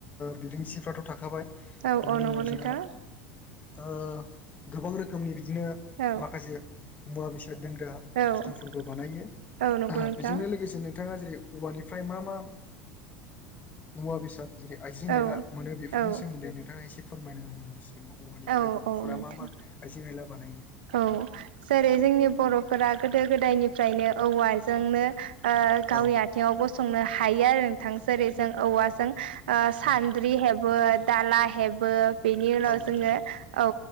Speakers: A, on the left; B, on the right.
A: बिदिंसिफ्राथ' थाखाबाय।
B: औ
A: बेनि
B: औ नंगौ
A: उनाव
B: नोंथां।
A: जोंहा ओ गोबां रोखोमनि बिदिनो
B: औ
A: माखासे मुवा बेस साद दोनग्रा
B: औ
A: बुस्थुफोरबो बानायो।
B: औ नंगौ नोंथां
A: बेजोंनो लोगोसेनो नोंथाङा जेरै औवानिफ्राय मा मा ओ मुवा बेसाद जेरै आइजें
B: औ
A: आइला मोनो बेफोरनि
B: औ
A: सोमोन्दै नोंथाङा एसे फोरमायना हो आंनि सिगाङाव औवानिफ्राय
B: औ
A: बर'फोरा
B: औ नोंथां
A: मा मा आइजें आइला बानायो।
B: औ जेरै जोंनि बर'फोरा गोदो गोदायनिफ्रायनो औवाजोंनो ओ गावनि
A: औ
B: आथेङाव गसंनो हायो आरो। नोंथां जेरै जों औवाजों सान्द्रि
A: औ
B: हेबो, दाला हेबो। बेनि उनाव
A: औ नोंथां
B: जोङो औ